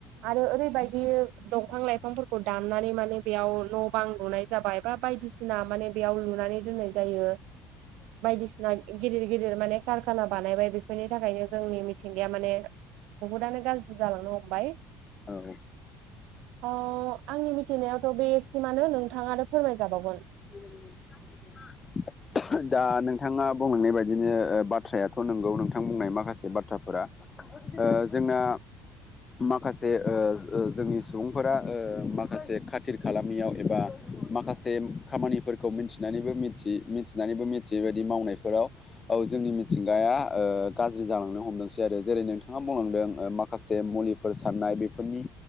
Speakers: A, on the right; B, on the left.
A: आरो ओरैबायदि दंफां लाइफांफोरखौ दाननानै माने बेयाव न' बां लुनाय जाबाय बा बायदिसिना माने बेयाव लुनानै दोननाय जायो। बायदिसिना गिदिर गिदिर माने कारखाना बानायबाय। बेफोरनि थाखायनो जोंनि मिथिंगाया माने बहुदआनो गाज्रि जालांनो हमबाय।
B: औ।
A: अ आंनि मिथिनायावथ' बेसिमानो नोंथाङानो फोरमायजाबावगोन।
B: <unintelligible> दा नोंथाङा बुंलांनाय बादिनो ओ बाथ्रायाथ' नंगौ नोंथां बुंनाय माखासे बाथ्राफोरा ओ जोंना माखासे ओ ओ जोंनि सुबुंफोरा ओ माखासे खाथिर खालामियाव एबा माखासे खामानिफोरखौ मिथिनानैबो मिथि-मिथिनानैबो मिथियै बायदि मावनायफोराव औ जोंनि मिथिंगाया ओ गाज्रि जालांनो हमदोंसै आरो । जेरै नोंथाङा बुंलांदों ओ माखासे मुलिफोर सारनाय बेफोरनि